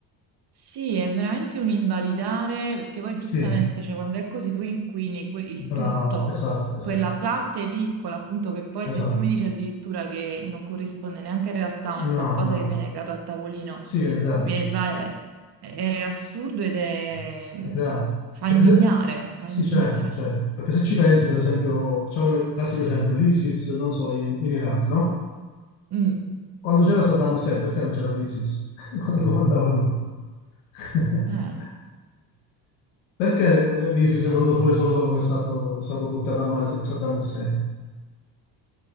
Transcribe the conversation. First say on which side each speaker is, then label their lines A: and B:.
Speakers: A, on the right (about 55°); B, on the left (about 80°).
A: Sì, è veramente un invalidare perché poi giustamente,
B: Sì,
A: cioè, quando è così tu inquini que- il
B: brava,
A: tutto,
B: esatto, esatto,
A: quella parte piccola, appunto, che poi
B: esatto.
A: se tu mi dici addirittura che non corrisponde neanche in realtà, ma
B: No,
A: è qualcosa
B: no.
A: che viene creato a tavolino,
B: Sì, viene creato,
A: vi-
B: sì.
A: va- è assurdo ed è...
B: Sì, Viene creato.
A: fa
B: Perché
A: indignare,
B: se...
A: fa
B: Sì,
A: indignare.
B: certo, certo. Perché se ci pensi, per esempio, facciamo il classico esempio, l'ISIS, non lo so, in, in Iraq, no?
A: Mm,
B: Quando c'era Saddam Hussein, perché non c'era l'ISIS? <laughs> Quando comandava lui? <laughs>
A: eh,
B: Perché l'ISIS è venuto fuori solo dopo che è stato, è stato buttato a mare Saddam Hussein?